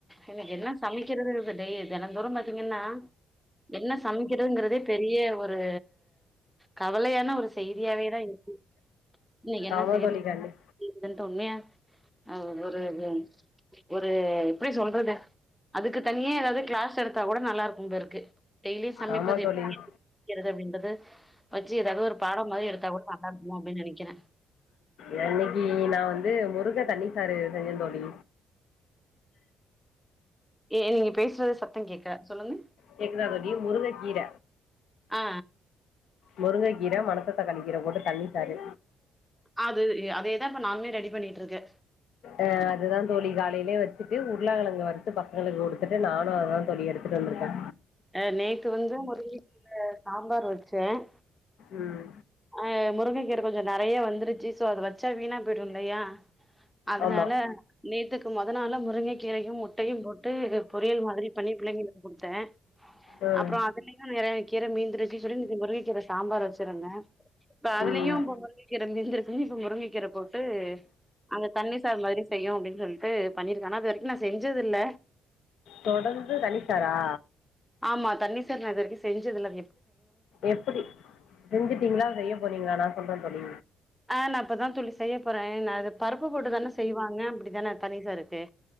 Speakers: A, in the centre; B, on the left (about 75°).
A: எனக்கு என்ன சமைக்கிறது டெ தெனந்தோறும் வந் திங்கன்னா என்ன சமைக்கிறதுங்கறதே பெரிய ஒரு கவலையான ஒரு செய்தியாவே தா இருக்கு இன்னைக்கு என்ன
B: ஆமா
A: செய்யறதுன்ட்டு
B: தோழி கண்டு
A: உண்மையா அது ஒர்க் ன்றது ஒரு எப்டி சொல்றது அதுக்கு <inaudible> தனியா ஏதாவ்து கிளாஸ் எடுத்தா கூட நல்லா இருக்கோ <unintelligible> டெய்லியி சமைப்பது
B: ஆமா
A: எப்டி
B: தோழி
A: <inaudible> கிறது அப்டின்றது வச்சு ஏதாவ்து ஒரு பாடம் மாரி எடுத்தா கூட நல்லா இருக்குமோ அப்டின் நனைக்குறே
B: இன்னைக்கு நான் வந்து <unintelligible> தண்ணி சாரு செஞ்சே தோழி
A: ஏ எ நீங்க பேசுறத சத்தம் கேக்ல சொல்லுங்க
B: கேக்குதா தோழி முருங்க கீர
A: ஆ
B: முருங்க கீர மணத்தக்காளி போட்டு தண்ணித்தாரு
A: அது அதேதா இப்ப நானுமே ரெடி பண்ணிட்டு இருக்கே
B: ஆ அதுதா தோழி காலி அப்டியே வெச்சுட்டு உருளக்கேலங்க வருத்து பசங்கங்களுக்கு குடுத்துட்டு நானு அதுதா தோழி எடுத்துட்டு வந்திருக்கே
A: அ நேத்து வந்து ஒரு வீட்டுல சாம்பார் வெச்சு சென்
B: ம்
A: அ முருங்ககீர கொஞ்சோ நெறைய வந்துருச்சு சோ அத வெச்சா வீணா போயிடு இல்லயா அதனால
B: ஆமாம்
A: நேத் க்கு முதல் நாளா முருங்கக் கீரையு முட்டையு போட்டு பொரியல் மாதிரி பண்ணி பிள்ளைங்களுக்கு குடுத்தென்
B: ம்
A: அப்றோ அதுலயும் நெறய கீர மீந்துடுச்சி சொல்லி நேத்து முருங்க கீர சாம்பார் வெச்சிருந்த இப்ப அதுலயு
B: ம்
A: இப்ப முருங்கக்கீர மிஞ்சிருன்னு இப்ப முருங்க கீர போட்டு அந்த தண்ணி சார் மாரி செய்யு அப்டின் சொல்ட்டு பண்ணியிருந்த அது வரைக் நா செஞ்சது இல்ல
B: தொடர்ந்து தனிச்சாரா
A: ஆமா தண்ணிசார் நா இது வரைக்கு செஞ்சதுல்லா
B: எப்படி செஞ்சுடிங்களா செய்ய போறிங்களா நா சொல்ற தோழி
A: ஆ நா இப்பதா தோழி செய்ய போறே நா அது பருப்பு போட்டுதான செய்வாங்க அப்டிதான தண்ணி சாருக்கு